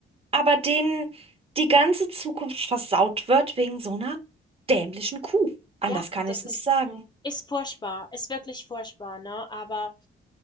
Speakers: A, on the right (about 30°); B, on the left (about 20°).
A: aber denen die ganze Zukunft versaut wird wegen so einer dämlichen Kuh. Anders
B: Ja,
A: kann
B: das
A: ich es
B: ist
A: nicht sagen.
B: ist furchtbar, ist wirklich furchtbar, ne? Aber